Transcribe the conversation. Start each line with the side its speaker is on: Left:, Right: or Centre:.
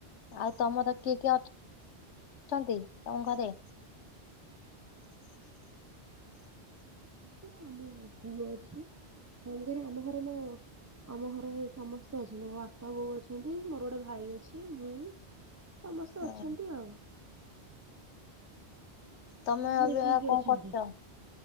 Left: ଆଉ ତମର କିଏ କିଏ ଅଛ ଅଛନ୍ତି ତମ ଘରେ? <inaudible>
Right: ମୁ ଆମ ପୁଅ ଅଛି କଁ ମୁ କରେ ଆମ ଘରେ ମୋ ଆମ ଘରେ ସମସ୍ତେ ଅଛନ୍ତି ମୋ ବାପା ବୋଉ ଅଛନ୍ତି ମୋର ଗୋଟେ ଭାଇ ଅଛି ମୁଁ। ସମସ୍ତେ
Left: ହଁ
Right: ଅଛନ୍ତି ଆଉ।
Left: ତମେ
Right: ଆମ
Left: ଆଜି
Right: ଘରେ କିଏ
Left: ଆହା
Right: କିଏ
Left: କଣ
Right: ଅଛନ୍ତି?
Left: କରୁଛ?